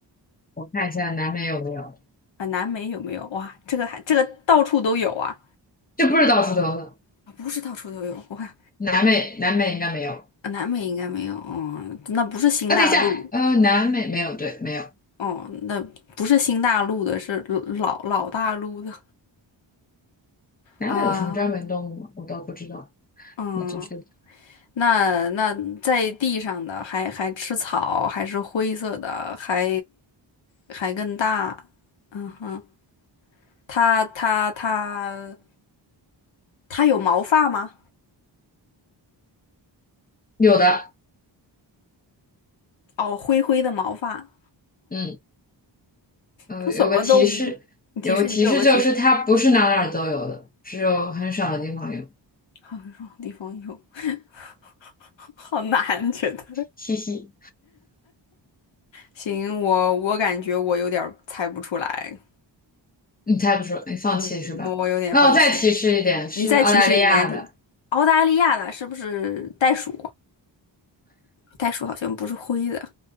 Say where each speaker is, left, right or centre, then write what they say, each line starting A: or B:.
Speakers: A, on the left; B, on the left.
A: 我看一下南美有没有，
B: 啊，南美有没有？哇，这个还这个到处都有啊！
A: 这不是到处都有的。
B: 啊，不是到处都有，我看
A: 南美，南美应该没有。
B: 啊南美应该没有，嗯，那不是新大陆，
A: 啊，等一下，呃，南美没有，对，没有。
B: 哦，那不是新大陆的，是老老大陆的
A: 南美有什么专门动物吗？
B: 啊，
A: 我倒不知道。
B: 嗯。
A: 你继续。
B: 那那在地上的还还吃草，还是灰色的，还还更大。嗯哼，它它它它有毛发吗？
A: 有的，
B: 哦，灰灰的毛发。
A: 嗯，呃，
B: 这什么动物？
A: 有个提示，
B: 你提示，
A: 有个提示就是它不是哪哪儿都有的，
B: 你给我个提示。
A: 只有很少的地方有。
B: 好种地方有。<laughs> 好难，觉得。
A: 嘻嘻，
B: 行，我我感觉我有点儿猜不出来。
A: 你猜不出，你放弃是吧？
B: 嗯，我我有点放弃。
A: 那我再提示一点，是澳大利亚的。
B: 你再提示一难题。澳大利亚的是不是袋鼠？袋鼠好像不是灰的，